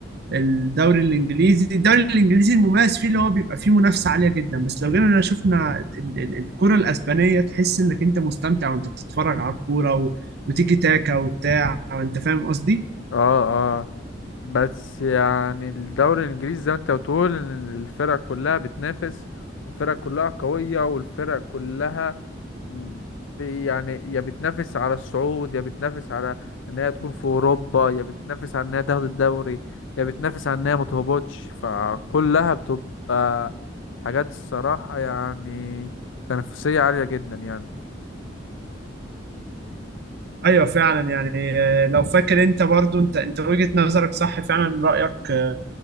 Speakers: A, on the right (about 60°); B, on the left (about 80°).
A: الدوري الانجليزي الدوري الانجليزي المميز فيه اللي هو بيبقى فيه منافسه عاليه جدا بس لو جينا شفنا ال- ال- الكره الاسبانيه تحس انك انت مستمتع وانت بتتفرج على الكوره و- وتيجي تاكا وبتاع انت فاهم قصدي
B: اه اه بس يعني الدوري الانجليزي زي ما انت بتقول ان الفرق كلها بتنافس والفرق كلها قوية والفرق كلها مم. يعني يا بتنافس على الصعود يا بتنافس على ان هي تكون في اوروبا يا بتنافس على ان هي تاخد الدوري يا بتنافس على ان هي ما تهبطش فكلها بتبقى حاجات الصراحة يعني تنافسية عالية جدا يعني
A: ايوه فعلا يعني آه، لو فاكر انت برضو انت انت وجهة نظرك صح فعلا رايك آه،